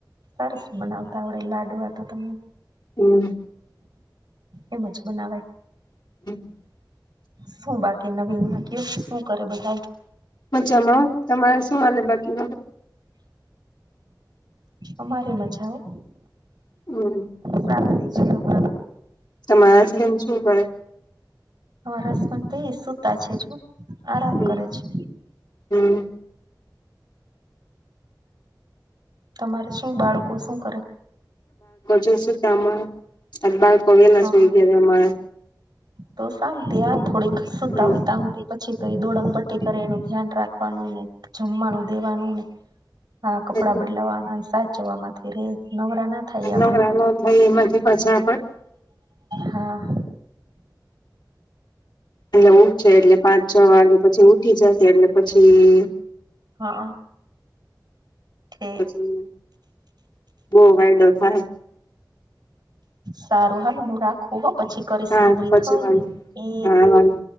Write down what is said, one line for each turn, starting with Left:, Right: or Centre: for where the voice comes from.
Right: સારસ બનાવતા આવડે લાડવા તો, તમને
Left: હં.
Right: એમ ચ બનાવાય.
Left: <inaudible>
Right: શું બાકી નવીન મા કયો શું કરે બધાય?
Left: મચામાં હો, તમારે શું હાલે બાકી?
Right: અમારે મજા હો.
Left: <unintelligible>
Right: શાંતિ છે ઓ.
Left: તમારા હસબન શું કરે?
Right: હસ્બેડન ઇ સુતા છે, જો આરામ
Left: હમ
Right: કરે છે.
Left: હમ.
Right: તમારે શું બાળકો શું કરે?
Left: જો સુતામાં બાળકો વેલા
Right: હા
Left: સુઈ ગયા અમારે.
Right: તો શાંતિ સુતા
Left: હમ
Right: હોય, ત્યાં સુધી. પછી તો એ દોડંગપટ્ટી કરે, એનું ધ્યાન રાખવાનું ને, ઝુમવાનું. દેવાનુંને આ કપડા
Left: એટલે
Right: બદલાવાના સાચવાથી રે, નવરા ના. થાય
Left: આય
Right: આપડે
Left: નવરાનો થાય, એમાંથી પાછા પણ
Right: હા.
Left: એટલે ઉઠશે એટલે પાંચ છ વાગે, પછી ઊઠી જશે, એટલે પછી
Right: હા. ઠીક
Left: પછી બહુ વાઈડો થાય.
Right: સારું હાલ, હું રાખું હો પછી. કરીશ
Left: હા
Right: નવરી
Left: પ,
Right: થઈ
Left: છી વા
Right: ને એ
Left: હા વા <inaudible>